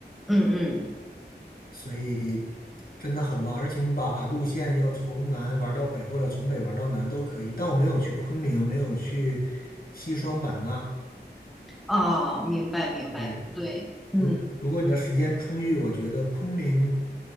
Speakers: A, in the centre; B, on the left.
A: 嗯嗯，
B: 所以真的很棒。而且你把路线要从南玩到北，或者从北玩到南都可以。但我没有去昆明，没有去西双版纳，
A: 哦，明白明白，
B: 对，
A: 对，嗯。
B: 如如果你的时间充裕，我觉得昆明